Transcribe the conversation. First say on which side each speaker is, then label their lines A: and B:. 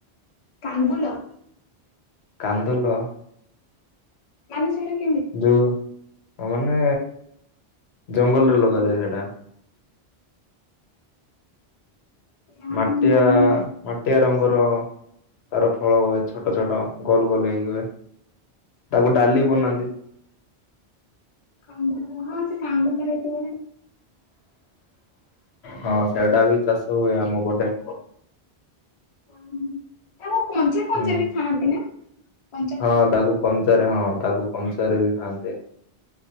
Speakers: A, on the left (about 45°); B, on the left (about 75°).
A: କାଙ୍ଗୁଲ।
B: କାନ୍ଦଲ।
A: ମାନେ ସେଟାକି?
B: ଯଉ ମାନେ ଜଙ୍ଗଲରେ ଲଗାଯାଏ ସେଟା।
A: ନା
B: ମାଟିଆ
A: ମୁଁ ଜାଣିନି।
B: ମାଟିଆ ରଙ୍ଗର। ତାର ଫଳ ହୁଏ ଛୋଟ ଛୋଟ ଗୋଲ ଗୋଲ ହେଇକି ହୁଏ। ତାକୁ ଡାଲି ବନାନ୍ତି।
A: କାଙ୍ଗୁଲ ହଁ ସେ କାଙ୍ଗୁଲ ହୋଇଥିବ।
B: ହଁ ସେଟା ବି ଚାଷ ହୁଏ ଆମ ପଟେ।
A: ହୁଁ ତାକୁ କଞ୍ଚା କଞ୍ଚା
B: ହୁଁ
A: ବି ଖାଆନ୍ତି ନା କଞ୍ଚା
B: ହଁ
A: ଥିବ
B: ତାକୁ କଞ୍ଚାରେ
A: ହଁ।
B: ତାକୁ କଞ୍ଚାରେ ବି ଖାଆନ୍ତି।